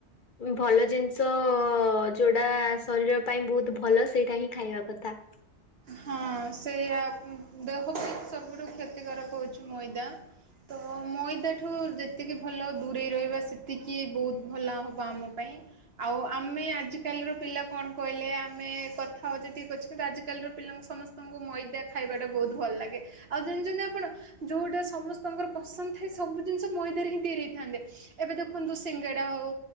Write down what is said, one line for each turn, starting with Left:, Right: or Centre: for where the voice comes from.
Left: ଭଲ ଜିନିଷ ଯୋଉଟା ଶରୀର ପାଇଁ ବହୁତ୍ ଭଲ, ସେଇଟା ହିଁ ଖାଇବା କଥା।
Right: ହଁ ସେଇଆ, ଦେହ ପାଇଁ ସବୁଠୁ କ୍ଷତିକାରକ ହଉଛି ମଇଦା। ତ ମଇଦା ଠୁ ଯେତିକି ଭଲ ଦୂରେଇ ରହିବା, ସେତିକି ବହୁତ ଭଲ ହବ ଆମ ପାଇଁ। ଆଉ ଆମ୍ <unintelligible> ଆଜି କାଲି ର ପିଲା କଣ କହିଲେ? ଆମେ କଥା ହଉଛେ ଟିକେ ପଛକୁ ତ ଆଜି କାଲିର ପିଲାଙ୍କୁ ସମସ୍ତଙ୍କୁ ମଇଦା ଖାଇବାଟା ବହୁତ ଭଲ ଲାଗେ। ଆଉ ଜାଣିଛନ୍ତି ଆପଣ, ଯୋଉଟା ସମସ୍ତଙ୍କର ପସନ୍ଦ ଥାଏ, ସବୁ ଜିନିଷ ମଇଦାରେ ହିଁ ତିଆରି ହେଇଥାନ୍ତି। ଏବେ ଦେଖନ୍ତୁ ସିଙ୍ଗେଡା ହଉ